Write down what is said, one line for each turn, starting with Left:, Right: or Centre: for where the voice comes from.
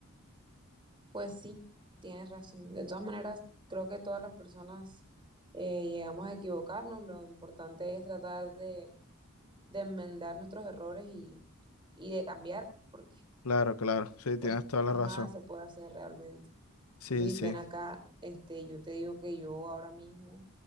Right: Pues sí, tienes razón. De todas maneras, creo que todas las personas eh, llegamos a equivocarnos. Lo importante es tratar de, de enmendar nuestros errores y, y de cambiar, porque
Left: Claro, claro, sí, tienes
Right: pues
Left: toda
Right: más
Left: la razón.
Right: nada se puede hacer realmente.
Left: Sí,
Right: Luis,
Left: sí,
Right: ven acá, este, yo te digo que yo ahora mismo